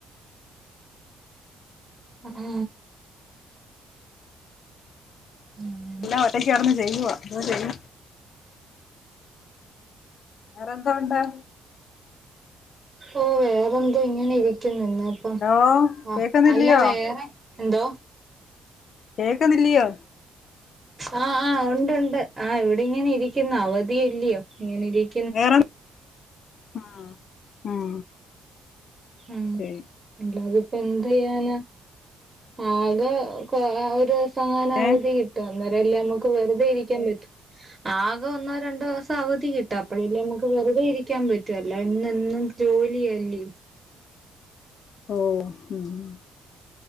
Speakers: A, on the right; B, on the left.
A: ഏഹ് ഉം
B: എല്ലാം ഒറ്റയ്ക്കടന്ന് ചെയ്യുവ എന്തോ ചെയ്യ വേറെന്താണ്ടാ?
A: ഓഹ് വേറെന്തോ ഇങ്ങനെ ഇരിക്കുന്ന് ന്ന് പ്പം
B: ഹലോ
A: ആഹ്
B: കേക്കുന്നില്ലയോ
A: അല്ല വേറെ എന്തോ
B: കേക്കുന്നില്ലിയോ
A: ആഹ് ആഹ് ഒണ്ട് ഒണ്ട് ആഹ് ഇവിടിങ്ങനെ ഇരിക്കുന്നു അവധിയല്ലിയോ ഇങ്ങനെ ഇരി -
B: വേറെ ആഹ് ഉം
A: ഉം
B: ശരി
A: അല്ലാതിപ്പോ എന്ത് ചെയ്യാന ആകെ കൊ ഓഹ് ഒരു ദിവസ - ങ്ങാനും
B: ഏ
A: അവധി കിട്ടും അന്നരേ അല്ലേ നമുക്ക് വെറുതെ ഇരിക്കാൻ പറ്റും ആകെ ഒന്നോ രണ്ടോസം അവധി കിട്ടു അപ്പഴല്ലേ നമുക്ക് വെറുതെ ഇരിക്കാൻ പറ്റൂ എല്ല ഇന്ന് എന്ന് ജോലി അല്ലിയോ
B: ഓഹ് ഉം